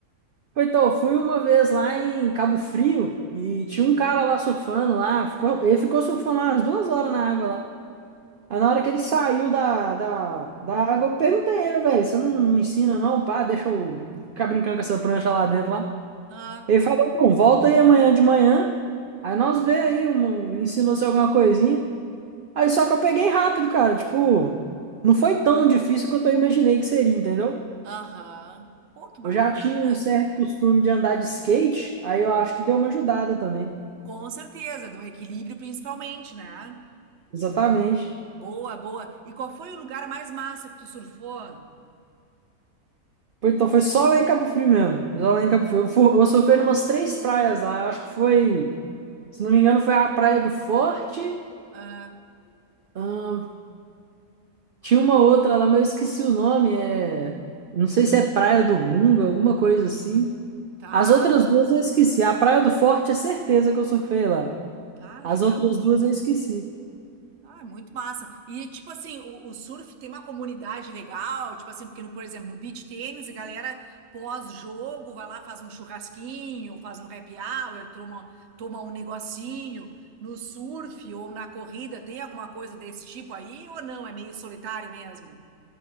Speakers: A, on the right (about 75°); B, on the right (about 55°).
A: Foi, Então, eu fui uma vez lá em Cabo Frio e tinha um cara lá surfando lá, ficou- ele ficou surfando lá umas duas horas na água lá. Aí na hora que ele saiu da, da, da água, eu perguntei a ele, velho, você não, não ensina não, pá, deixa eu ficar brincando com essa prancha lá dentro lá.
B: Ah,
A: Ele falou, não, volta aí amanhã de manhã, aí nós vê aí, um, ensinou-se alguma coisinha. Aí só que eu peguei rápido, cara. Tipo, não foi
B: que legal.
A: tão difícil quanto eu imaginei que seria, entendeu?
B: Aham. Pô, que bacana.
A: Eu já tinha um certo costume de andar de skate, aí eu acho que deu uma ajudada também.
B: Com certeza, do equilíbrio principalmente, né?
A: Exatamente.
B: Boa, boa. E qual foi o lugar mais massa que tu surfou?
A: Foi- Então foi só lá em Cabo Frio mesmo. Foi Só lá em Cabo Frio. Eu, fu- eu surfei numas três praias lá. Eu acho que foi, se não me engano, foi a Praia do Forte.
B: Ah,
A: ahn, tinha uma outra lá, mas eu esqueci o nome. É, não sei se é Praia do Gunga, alguma coisa assim.
B: tá.
A: As outras duas eu esqueci. A Praia do Forte é certeza que eu surfei lá.
B: Ah,
A: As
B: legal.
A: outras duas eu esqueci.
B: Ah, é muito massa. E, tipo assim, o, o surf tem uma comunidade legal, tipo assim, porque, no, por exemplo, no beach tênis, a galera pós-jogo vai lá, faz um churrasquinho, faz um happy hour, toma, toma um negocinho. No surf ou na corrida, tem alguma coisa desse tipo aí ou não? É meio solitário mesmo?